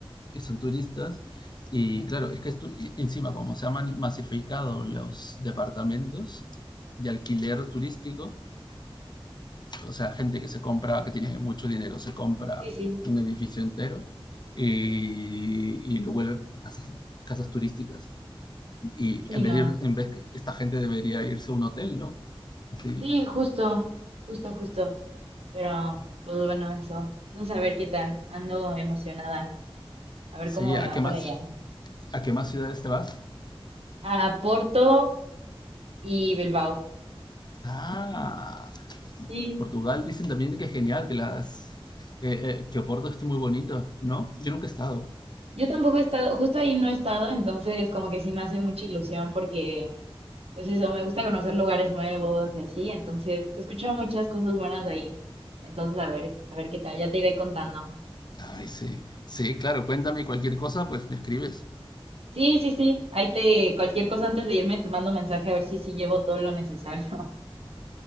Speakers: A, on the left; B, on the right.
A: y son turistas. Y claro, es que estu- y encima, como se han masificado los departamentos de alquiler turístico, o sea, gente que se compra, que tiene mucho dinero, se compra
B: Sí, sí.
A: un edificio entero y, y lo vuelve casas, casas turísticas. Y
B: Sí,
A: en vez
B: no.
A: de ir- en vez, esta gente debería irse a un hotel, ¿no? Así,
B: Sí, justo, justo, justo. Pero, pues bueno, eso. Entonces, a ver qué tal. Ando emocionada. A ver
A: Sí,
B: cómo me
A: ¿a
B: va
A: qué
B: por
A: más?
B: allá.
A: ¿A qué más ciudades te vas?
B: A Porto y Bilbao.
A: Ah,
B: Sí,
A: Portugal dicen también que es genial, que las eh, eh, que Oporto es muy bonito, ¿no? Yo nunca he estado.
B: yo tampoco he estado, justo ahí no he estado, entonces como que sí me hace mucha ilusión porque, pues eso, me gusta conocer lugares nuevos y así. Entonces, he escuchado muchas cosas buenas de ahí. Entonces, a ver, a ver qué tal. Ya te iré contando.
A: Ay, sí. Sí, claro, cuéntame cualquier cosa, pues me escribes.
B: Sí, sí, sí. Ahí te, cualquier cosa antes de irme, te mando mensaje a ver si sí llevo todo lo necesario.